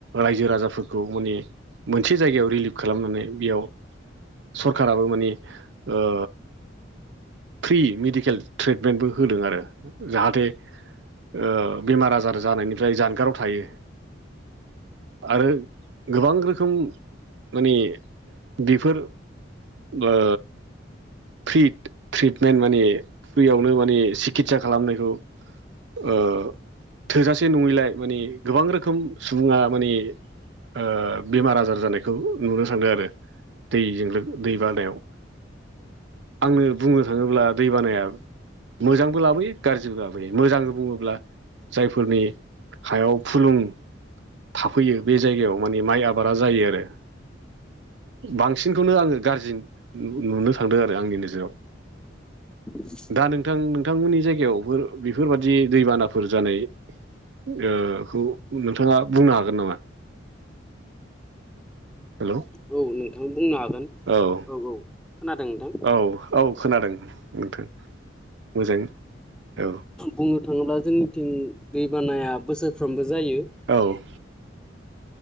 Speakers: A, on the right (about 65°); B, in the centre.
A: रायजो राजाफोरखौ माने मोनसे जायगायाव रिलिफ खालामनानै बेयाव सरखाराबो माने ओ फ्रि मेडिकेल ट्रिटमेन्टबो होदों आरो जाहाथे ओ बेमार आजार जानायनिफ्राय जानगाराव थायो आरो गोबां रोखोम माने बेफोर ओ ट्रिट ट्रिटमेन्ट माने फ्रियावनो माने सिकित्सा खालामनायखौ ओ थोजासे नङैलाय माने गोबां रोखोम सुबुङा माने ओ बेमार आजार जानायखौ नुनो थांदों आरो दैजों दै बानायाव आंनो बुंनो थाङोब्ला दै बानाया मोजांबो लाबोयो गाज्रिबो लाबोयो मोजां बुङोब्ला जायफोरनि हायाव फुलुं थाफैयो बे जायगायाव मानि माइ आबादा जायो आरो बांसिनखौनो आङो गाज्रि नुनो थांदों आरो आंनि नोजोराव
B: <unintelligible>
A: दा नोंथां नोंथांमोननि जायगायावफोर बेफोरबादि दैबानाफोर जानाय ओ खौ नोंथाङा बुंनो हागोन नामा हेलौ
B: औ नोंथां बुंनो हागोन
A: औ
B: औ औ खोनादों नोंथां
A: औ औ खोनादों नोंथां मोजाङै औ
B: बुंनो थाङोब्ला जोंनिथिं दैबानाया बोसोरफ्रोमबो जायो
A: औ